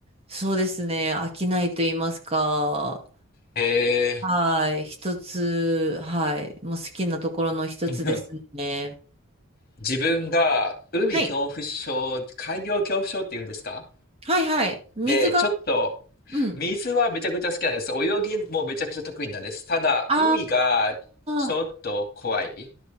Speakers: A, on the right; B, on the left.
A: そうですね、飽きないと言いますか、
B: へえ。<laughs>
A: はい、一つ、はい、もう好きなところの一つですね。
B: うん自分が海恐怖症、
A: はい、
B: 海洋恐怖症って言うんですか
A: はい、はい、水が、
B: で、ちょっと
A: うん。
B: 水はめちゃくちゃ好きなんです。泳ぎもめちゃくちゃ得意なんです。ただ、
A: あ
B: 海がちょっと怖い
A: あ、